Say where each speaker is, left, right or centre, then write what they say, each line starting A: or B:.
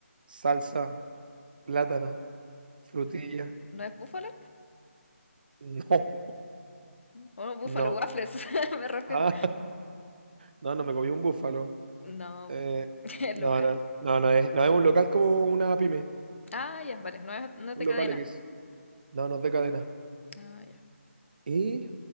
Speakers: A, on the right; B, on the left.
A: salsa, plátano, frutilla.
B: <laughs>
A: <laughs>
B: ¿No es búfalo?
A: No,
B: Oh, búfalo
A: no,
B: waffles, <laughs> me refiero.
A: ah, no, no me comí un búfalo.
B: No,
A: Eh,
B: po, <laughs> es
A: no,
B: local.
A: no, no, no es, no es un local como una pyme,
B: Ah, ya, vale, no es, no es
A: un
B: de cadena.
A: local X. No, no es de cadena.
B: Ah, ya.
A: Y